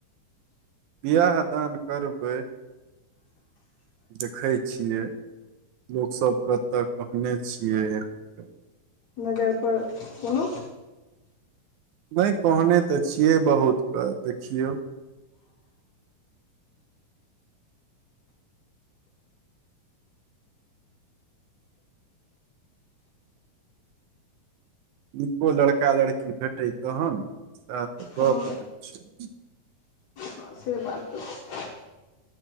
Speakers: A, on the right; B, on the left.
A: बिआाह दान करबै देखै छियै लोकसभकेँतय कहने छियै यहाँके
B: नजर पर कोनो
A: नहि कहने तऽ छियै बहुतके देखियौ नीको लड़का लड़की भेटै तहन साएह तऽ गप्प
B: हँ
A: होइ छै
B: हाँ से बात छै